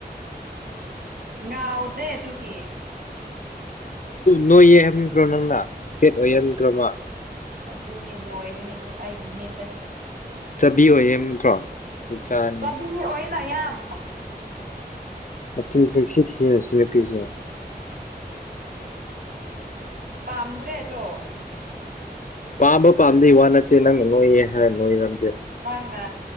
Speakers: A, on the right (about 60°); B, on the left (about 50°).
A: ꯉꯎꯗꯦ ꯑꯗꯨꯒꯤ
B: ꯅꯣꯏꯌꯦ ꯍꯥꯏꯕ ꯅꯠꯇ꯭ꯔꯣ ꯅꯪꯅ ꯐꯦꯠ ꯑꯣꯏꯌꯦ ꯍꯥꯏꯕ ꯅꯠꯇ꯭ꯔꯣ ꯃꯥ
A: ꯑꯗꯨꯅꯦ ꯅꯣꯏꯕꯅꯦꯗꯣ ꯑꯩꯒꯤ ꯃꯤꯠꯇꯗꯤ
B: ꯆꯥꯕꯤ ꯑꯣꯏꯌꯦ ꯍꯥꯏꯕ ꯅꯠꯇ꯭ꯔꯣ ꯆꯩ ꯆꯅꯥ
A: ꯆꯕꯤ ꯑꯣꯏꯅ ꯌꯥꯝ
B: ꯃꯆꯤꯟ ꯄꯪꯊꯤ ꯊꯥꯌꯦ ꯑꯁꯤ ꯅꯨꯄꯤꯁꯦ
A: ꯄꯥꯝꯗ꯭ꯔꯦ ꯑꯗꯣ
B: ꯄꯥꯝꯕ ꯄꯥꯝꯗꯩ ꯋꯥ ꯅꯠꯇꯦ ꯅꯪꯅ ꯅꯣꯏꯌꯦ ꯍꯥꯏꯔ ꯅꯣꯏꯔꯝꯗꯦꯕ
A: ꯅꯪꯅ